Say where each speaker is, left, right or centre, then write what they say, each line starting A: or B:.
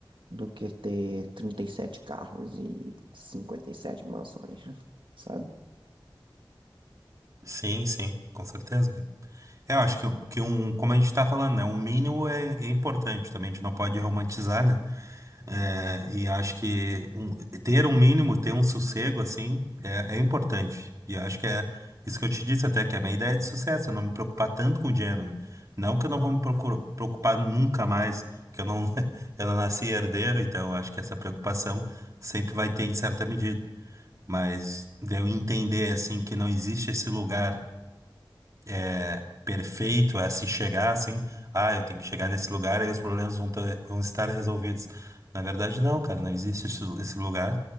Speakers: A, on the right (about 70°); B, on the right (about 40°).
A: do que ter 37 carros e 57 mansões, <laughs> sabe?
B: Sim, sim, com certeza, cara. É, Eu acho que, que um, como a gente está falando, né, um mínimo é, é importante também, a gente não pode romantizar, né? É, e acho que um- ter um mínimo, ter um sossego, assim, é, é importante. E acho que é isso que eu te disse até, que é a minha ideia é de sucesso, eu não me preocupar tanto com dinheiro, né? Não que eu não vou me procuro- preocupar nunca mais, porque eu não, <laughs> eu não nasci herdeiro, então eu acho que essa preocupação sempre vai ter em certa medida. Mas de eu entender, assim, que não existe esse lugar é, perfeito a se chegar assim, ah, eu tenho que chegar nesse lugar, aí os problemas vão, tá- vão estar resolvidos. Na verdade, não, cara, não existe esse, esse lugar,